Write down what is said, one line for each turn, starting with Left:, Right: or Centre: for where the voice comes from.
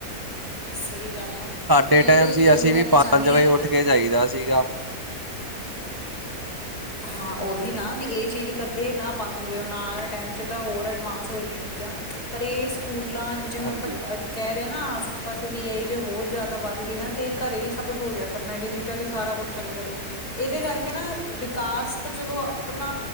Left: ਸਹੀ ਗੱਲ ਆ।
Right: ਡੇ
Left: ਨਹੀਂ
Right: ਟਾਈਮ
Left: ਬਈ
Right: ਸੀ
Left: ਇਹ
Right: ਅਸੀਂ
Left: ਮੈਂ
Right: ਵੀ
Left: ਤਾਂ
Right: ਪੰਜ
Left: ਚਾਹੁੰਦੀ
Right: ਵਜੇ
Left: ਹਾਂ
Right: ਉੱਠ ਕੇ ਜਾਈਦਾ ਸੀਗਾ।
Left: ਹਾਂ ਉਹੀ ਨਾ ਵੀ ਇਹ ਚੀਜ਼ ਕਰਦੇ ਨਾ ਬੰਦ ਹੋਵੇ, ਹੁਣ ਆਨ ਵਾਲੇ ਟਾਈਮ ਚ ਤਾਂ ਹੋਰ ਐਡਵਾਂਸ ਹੋਏ ਗੀਆ ਚੀਜ਼ਾਂ। ਪਰ ਇਹ ਸਕੂਲਾਂ ਜਿਵੇਂ
Right: ਹਾਂਜੀ
Left: ਆਪਾਂ ਕਹਿ ਰਹੇ ਨਾ ਆਸੇ ਪਾਸੇ ਵੀ ਆ ਜੇ ਹੋਰ ਜ਼ਿਆਦਾ ਵੱਧ ਗਈ ਨਾ ਤੇ ਘਰੇ ਹੀ ਸਭ ਕੁੱਛ ਹੋ ਜਾ ਕਰਨਾ ਡਿਜੀਟਲ ਹੀ ਸਾਰਾ ਕੁਛ ਚੱਲੇਗਾ ਕਰੋ। ਇਹਦੇ ਕਰਕੇ ਨਾ ਵੀ ਵਿਕਾਸ ਤਾਂ ਚਲੋ ਆਪਣਾ